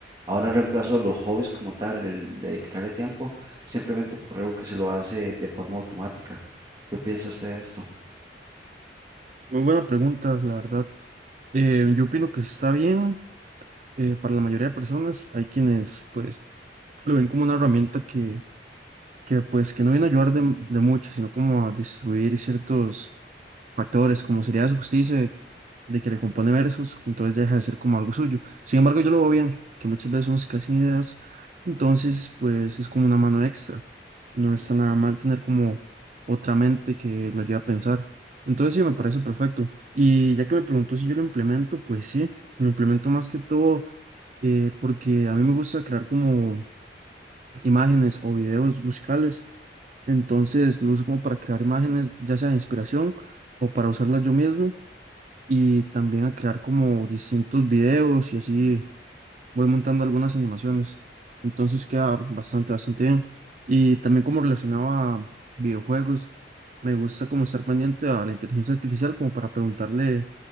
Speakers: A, on the right; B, on the right.
A: ahora reemplaza los hobbies como tal, el dedicarle tiempo, simplemente por algo que se lo hace de forma automática. ¿Qué piensa usted de esto?
B: Muy buena pregunta, la verdad. Eh, yo opino que está bien eh, para la mayoría de personas. Hay quienes pues lo ven como una herramienta que, que pues que no viene a ayudar de, de mucho, sino como a destruir ciertos factores, como sería su justicia de, de que le compone versos, entonces ya deja de ser como algo suyo. Sin embargo, yo lo veo bien, que muchas veces son escasas ideas, entonces pues es como una mano extra. No está nada mal tener como otra mente que lo ayude a pensar. Entonces sí, me parece perfecto. Y ya que me preguntó si yo lo implemento, pues sí, lo implemento más que todo eh, porque a mí me gusta crear como imágenes o videos musicales. Entonces lo uso como para crear imágenes, ya sea de inspiración o para usarlas yo mismo y también a crear como distintos videos y así voy montando algunas animaciones. Entonces queda bastante, bastante bien. Y también como relacionaba videojuegos, me gusta como estar pendiente a la inteligencia artificial como para preguntarle